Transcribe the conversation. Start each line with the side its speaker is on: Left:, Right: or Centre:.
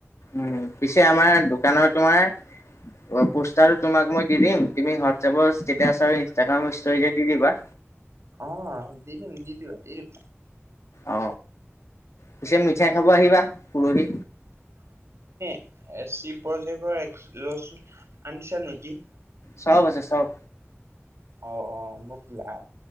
Left: উম, পিছে আমাৰ দোকানৰ তোমাৰ পোষ্টাৰ তোমাক মই দি দিম, তুমি হোৱাটছএপৰ ষ্টেছ আৰু ইনষ্টাগ্ৰাম ষ্টজ দি দিবা।
Right: অ, দিদিম, দিদিবা, দিদিম।
Left: অ, পিছে মিঠাই খাব আহিবা পুৰৰি
Right: এ, চি, প্ৰজেক্টৰ আনিছা নেকি।
Left: চব, আছে চব।
Right: অ', অ', মোক লা,